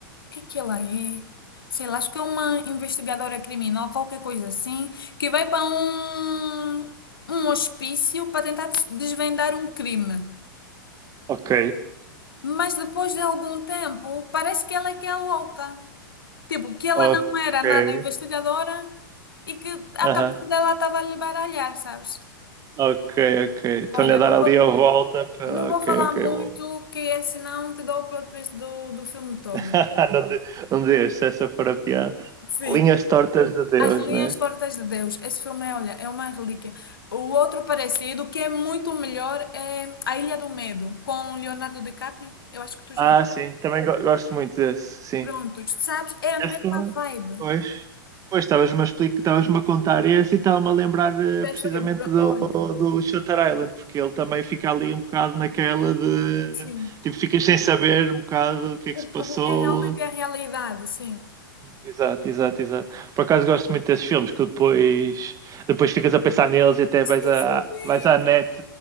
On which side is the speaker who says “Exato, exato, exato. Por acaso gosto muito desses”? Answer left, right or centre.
Right